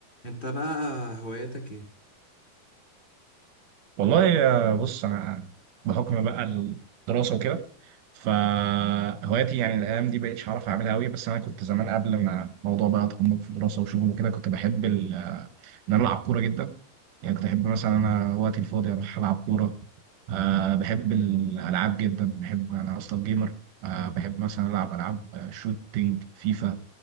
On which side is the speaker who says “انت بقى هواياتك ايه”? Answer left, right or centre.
Left